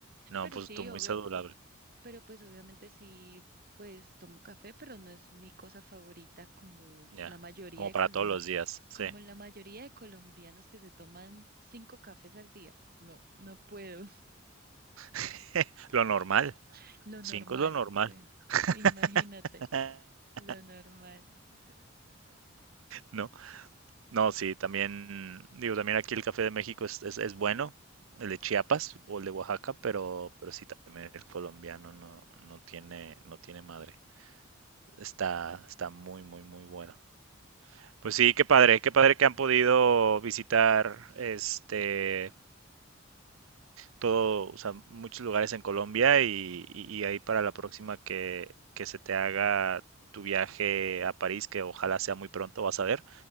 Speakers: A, on the right; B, on the right.
A: no,
B: Pero
A: pues
B: sí,
A: tú muy
B: obvio.
A: saludable,
B: Pero pues obviamente sí, pues tomo café, pero no es mi cosa favorita como
A: ya,
B: la mayoría
A: como
B: de
A: para
B: colom
A: todos los días, sí.
B: como la mayoría de colombianos que se toman cinco cafés al día. No, no puedo.
A: <laughs> Lo normal,
B: <laughs> Lo normal,
A: cinco es lo normal,
B: sí. Imagínate,
A: <laughs>
B: lo normal.
A: ¿no? No, sí, también, digo, también aquí el café de México es, es, es bueno, el de Chiapas o el de Oaxaca, pero, pero sí también el colombiano no, no tiene, no tiene madre. Está, está muy, muy, muy bueno. Pues sí, qué padre, qué padre que han podido visitar este todo, o sea, muchos lugares en Colombia y, y- y ahí para la próxima que, que se te haga tu viaje a París, que ojalá sea muy pronto, vas a ver.